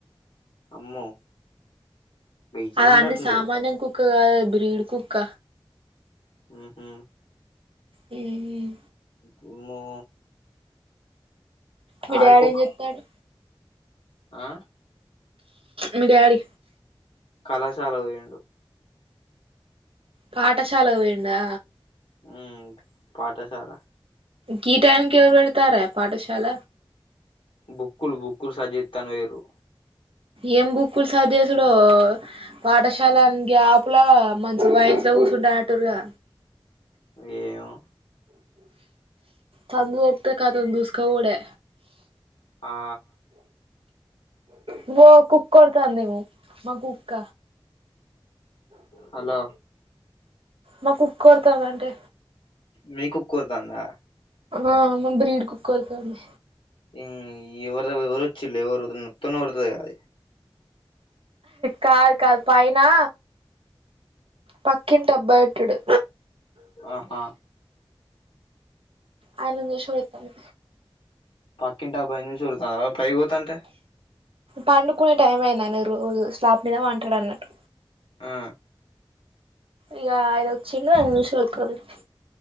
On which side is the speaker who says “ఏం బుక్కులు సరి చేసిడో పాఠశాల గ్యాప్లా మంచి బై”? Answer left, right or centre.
Right